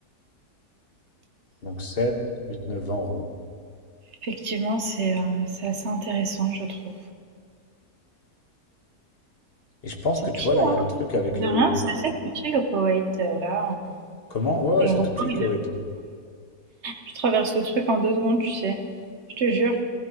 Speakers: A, on the left; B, on the right.
A: Donc sept, huit, neuf, 20 euros.
B: Effectivement, c'est euh, c'est assez intéressant, je trouve.
A: Et je pense
B: C'est
A: que tu
B: petit,
A: vois, là, il
B: hein?
A: y a un truc avec
B: De
A: le...
B: rien, c'est assez petit le Koweït, euh, là.
A: Comment? Ouais, ouais,
B: L'aéroport,
A: c'est tout petit le Koweït.
B: il est-
A: hein.
B: je traverse le truc en deux secondes, tu sais. Je te jure,